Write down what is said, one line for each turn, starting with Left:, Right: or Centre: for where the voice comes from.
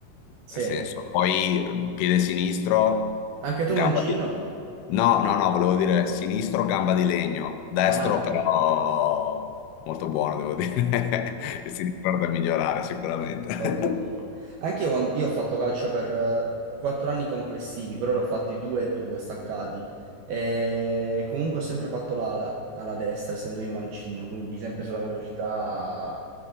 Right: sì.
Left: nel senso. Poi eh, piede sinistro,
Right: Anche
Left: gamba
Right: tu mancino?
Left: di... No, no, no, volevo dire sinistro, gamba di legno, destro
Right: Ah, ok,
Left: però molto buono, devo dire. <laughs> Il sinistro è da migliorare sicuramente.
Right: ho capito. Anche io, quando- io ho fatto calcio per eh, quattro anni complessivi, però l'ho fatti due e due staccati. E comunque ho sempre fatto l'ala, alla destra, essendo io mancino, quindi sempre sulla velocità